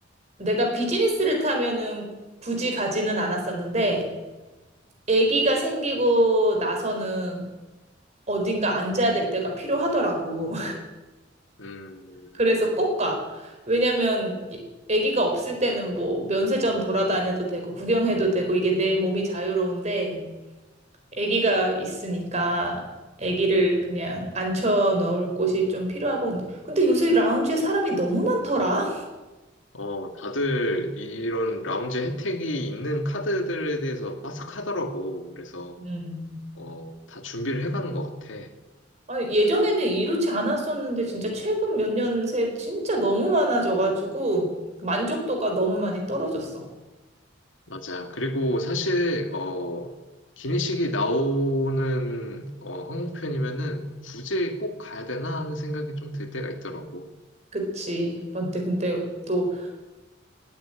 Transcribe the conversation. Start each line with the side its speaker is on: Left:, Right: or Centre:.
Right: 내가 비즈니스를 타면은 굳이 가지는 않았었는데, 아기가 생기고 나서는 어딘가 앉아야 될 때가 필요하더라고.
Left: 음,
Right: 그래서 꼭 가. 왜냐면 이- 아기가 없을 때는 뭐 면세점 돌아다녀도 되고 구경해도 되고 이게 내 몸이 자유로운데 아기가 있으니까 아기를 그냥 앉혀 넣을 곳이 좀 필요하고 근데 근데 요새 라운지에 사람이 너무 많더라.
Left: 어, 다들 이런 라운지 혜택이 있는 카드들에 대해서 빠삭하더라고. 그래서,
Right: 음.
Left: 어, 다 준비를 해가는 것 같아.
Right: 아니, 예전에는 이렇지 않았었는데 진짜 최근 몇 년 새 진짜 너무 많아져가지고 만족도가 너무 많이 떨어졌어.
Left: 맞아. 그리고 사실, 어, 기내식이 나오는, 어, 항공편이면은 굳이 꼭 가야 되나 하는 생각이 좀 들 때가 있더라고.
Right: 그치. 근데 근데 또